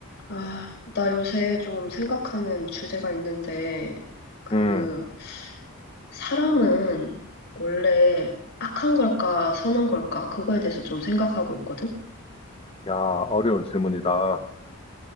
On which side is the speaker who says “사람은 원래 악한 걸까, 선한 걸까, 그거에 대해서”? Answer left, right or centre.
Left